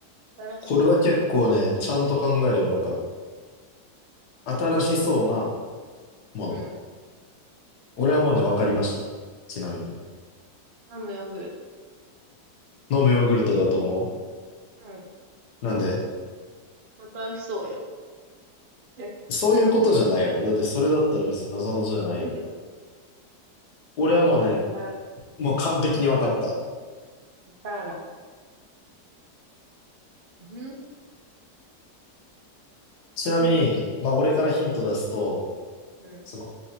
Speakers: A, on the right; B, on the left.
A: 新しそう。
B: これは結構ね、ちゃんと考えればわかる。新しそうな
A: うん。
B: もの。
A: うん
B: 俺はもうね、わかりました。ちなみに。
A: 飲むヨーグルト。
B: 飲むヨーグルトだと思
A: うん。
B: うなんで
A: 新しそうやん。え
B: そういうことじゃないやろ。だってそれだったら別になぞなぞじゃないやん。
A: うん
B: 俺はもうね、
A: あら、
B: もう完璧に分かった。
A: あった。いたら。うん。
B: ちなみに、
A: うん。
B: まあ俺からヒント出すと、
A: うん。うん。
B: その、